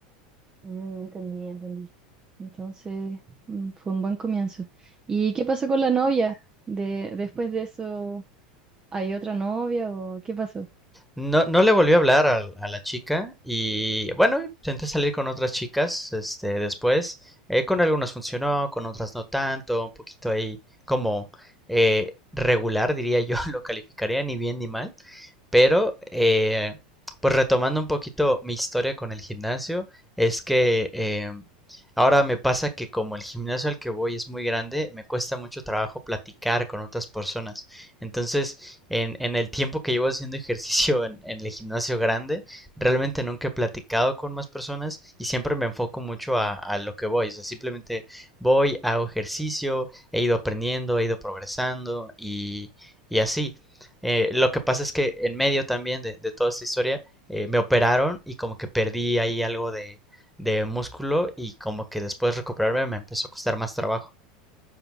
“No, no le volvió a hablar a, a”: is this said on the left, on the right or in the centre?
Centre